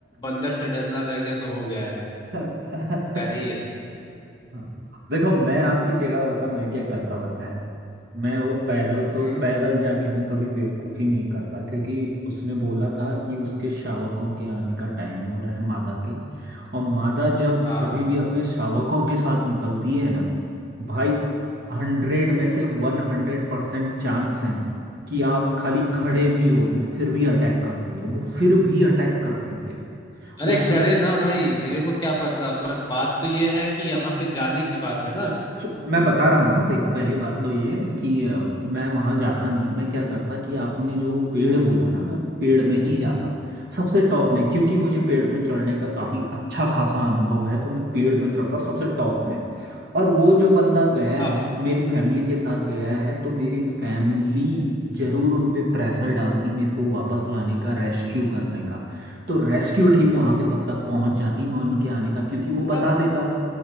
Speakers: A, on the left; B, on the right.
A: बंदर से डरना रह गया तो हो गया यार
B: <laughs>
A: क्या ही है
B: हाँ। देखो मैं आपकी जगह होता मैं क्या करता पता है मैं वो पैदल तो
A: हम्म
B: पैदल जाके मैं कभी बेवकूफ़ी नहीं करता क्योंकि उसने बोला था कि उसके शावकों के आने का टाइम हो रहा है मादा के और मादा जब
A: हाँ
B: कभी भी अपने शावकों के साथ निकलती है ना भाई हंड्रेड में से वन हंड्रेड परसेंट चांस है कि आप खाली खड़े भी हो वो फिर भी अटैक करती है वो फिर भी अटैक करती है
A: अरे
B: उस
A: करे ना भाई मेरे को क्या पता पर बात तो ये है कि यहाँ पे जाने की बात है ना
B: सो मैं बता रहा हूँ ना देखो पहली बात तो ये है कि अ, मैं वहाँ जाता नहीं मैं क्या करता कि आपने जो पेड़ बोला ना मैं पेड़ में ही जाता सबसे टॉप में क्योंकि मुझे पेड़ में चढ़ने का काफ़ी अच्छा खासा अनुभव है तो मैं पेड़ में चढ़ता सबसे टॉप में और वो जो बंदा गया
A: हाँ
B: है मेरी फैमिली के साथ गया है तो मेरी फैमिली जरूर उन पे प्रेशर डालती मेरे को वापस लाने का रेस्क्यू करने का तो रेस्क्यू टीम वहाँ पे तब तक पहुँच जाती मैं उनके आने का क्योंकि वो बता
A: हाँ,
B: देता